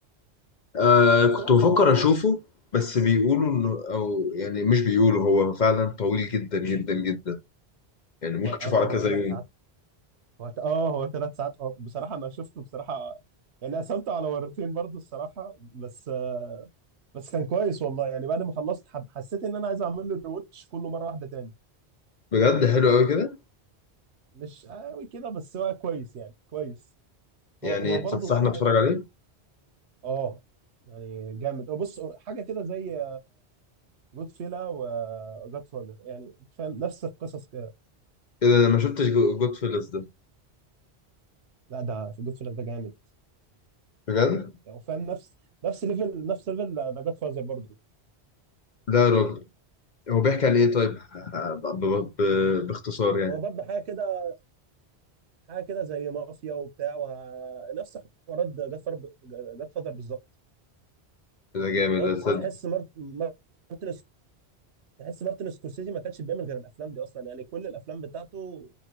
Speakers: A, on the left; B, on the right.
A: آه
B: شفته
A: كنت بفكر اشوفه بس بيقولوا انه او يعني مش بيقولوا هو فعلا طويل جدا جدا جدا يعني ممكن
B: هو اه
A: تشوفه
B: ت-
A: على
B: هو
A: كذا
B: ثلاث
A: يوم
B: ساعات هو ت- اه هو ثلاث ساعات اه بصراحه ما شفته بصراحه يعني قسمته على مرتين برضو الصراحه بس آه... بس كان كويس والله يعني بعد ما خلصت حب... حسيت ان انا عايز اعمل له ريوتش كله مره واحده تاني
A: بجد حلو قوي كده
B: مش قوي كده بس هو كويس يعني كويس
A: يعني
B: هو هو
A: تنصحنا
B: برضه فاهم
A: نتفرج عليه
B: اه يعني جامد أه بص حاجه كده زي جود فيلا وجاد فادر يعني فاهم نفس القصص كده
A: ايه ده انا ما شفتش جود فيلز ده
B: لا ده في جود فيلا ده جامد
A: بجد
B: يعني فاهم نفس نفس ليفل نفس ليفل ده جاد فازر برضه
A: لا يا راجل هو بيحكي عن ايه طيب ب- ب- ب- باختصار يعني
B: هو برضه حاجه كده حاجه كده زي مافيا وبتاع وه... نفس حوارات جاد فادر جاد فادر بالظبط
A: إيه ده جامد
B: هو
A: ده صدق
B: تحس مارت... مارتن تحس مارتن سكورسيزي ما كانش بيعمل غير الافلام دي اصلا يعني كل الافلام بتاعته